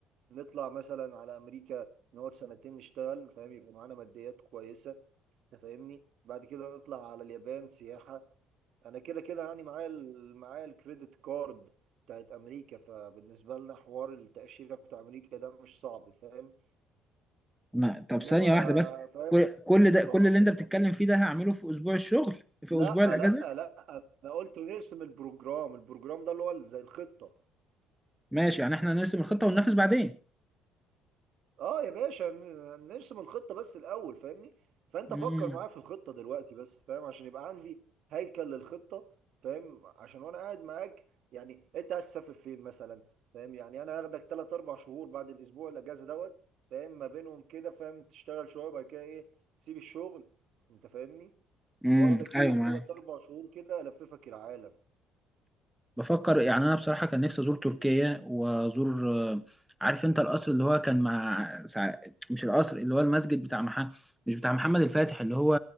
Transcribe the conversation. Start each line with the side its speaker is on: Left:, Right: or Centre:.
Right: نطلع مثلا على امريكا نقعد سنتين نشتغل فاهم يبقى معانا ماديات كويسة انت فاهمني بعد كده نطلع على اليابان سياحة انا كده كده يعني معايا ال- معايا الكريدت كارد بتاعت امريكا فبالنسبة لنا حوار التأشيرة بتاع امريكا ده مش صعب فاهم
Centre: ما طب
Right: انما
Centre: ثانية واحدة بس
Right: فاهم
Centre: كل كل ده كل
Right: اه
Centre: اللي انت بتتكلم فيه ده هعمله في اسبوع الشغل في
Right: لا
Centre: اسبوع الاجازة
Right: لا لا انا قلت نرسم البروجرام البروجرام ده اللي هو زي الخطة
Centre: ماشي يعني احنا هنرسم الخطة وننفذ بعدين
Right: اه يا باشا ن- نرسم الخطة بس الاول فاهمني فانت
Centre: امم
Right: فكر معايا في الخطة دلوقتي بس فاهم عشان يبقى عندي هيكل للخطة فاهم عشان وانا قاعد معاك يعني انت عايز تسافر فين مثلا فاهم يعني انا هاخدك 3 4 شهور بعد الاسبوع الاجازة دوت فاهم ما بينهم كده فاهم تشتغل شوية بعد كده ايه تسيب الشغل انت فاهمني
Centre: امم
Right: واخدك
Centre: ايوه
Right: ايه
Centre: معايا
Right: 3 4 شهور كده الففك العالم
Centre: بفكر يعني انا بصراحة كان نفسي ازور تركيا وازور آه، عارف انت القصر اللي هو كان مع سع- مش القصر اللي هو المسجد بتاع محمد مش بتاع محمد الفاتح اللي هو